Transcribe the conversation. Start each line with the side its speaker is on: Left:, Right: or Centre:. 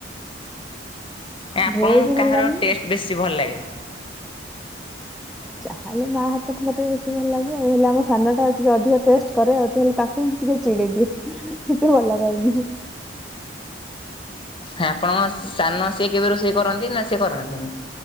Left: ଆପଣଙ୍କୁ
Centre: ଭେଜ ହେଲାନି
Left: କାହାର ଟେଷ୍ଟ ବେଶୀ ଭଲ ଲାଗେ
Centre: ଯାହା ହେଲେ ମା ହାତ ରନ୍ଧା ଟିକେ ବେଶୀ ଭଲ ଲାଗେ ଆଉ ହେଲେ ଆମ ସାନ ଟା ଟିକେ ଅଧିକ ଟେଷ୍ଟେ କରେ ଆଉ ହେଲେ ତାକୁ ମୁଁ ଟିକେ ଚିଡ଼ିେଇ ଦିଏ ତୁ ଭଲ କରିନୁ
Left: ଆପଣଙ୍କ ସାନ ସେ କେବେ ରୋଷେଇ କରନ୍ତି ନା ସେ କରନ୍ତିନି